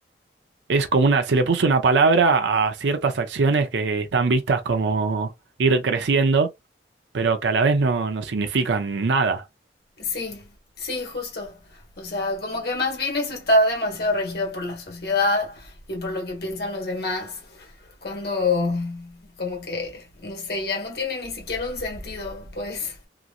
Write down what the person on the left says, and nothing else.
Sí, sí, justo. O sea, como que más bien eso está demasiado regido por la sociedad y por lo que piensan los demás, cuando como que, no sé, ya no tiene ni siquiera un sentido, pues.